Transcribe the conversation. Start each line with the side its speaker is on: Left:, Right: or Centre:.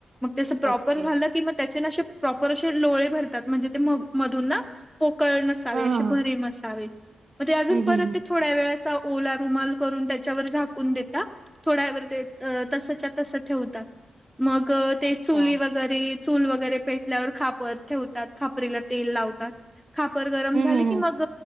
Centre: त्यास प्रॉपर
Right: ओके
Centre: झालं किंवा त्याचे ना असे प्रॉपर असे लोळे भरतात म्हणजे ते म मधून ना. पोकळ नसावे
Right: हा हा
Centre: असे
Right: हा
Centre: भरीव असावे मग ते अजून
Right: हम्म
Centre: परत
Right: हम्म हम्म
Centre: ते. थोड्या वेळ असा ओला रुमाल करून त्याच्यावर झाकून देता. थोड्यावर तसचा तस ठेवतात मग ते
Right: अच्छा
Centre: चुली
Right: हम्म
Centre: वर. वगैे चूल वगैरे पेटल्यावर खापर ठेवतात खापरीला तेल लावतात. खापर गरम झाले
Right: हम्म
Centre: की
Right: हम्म
Centre: मग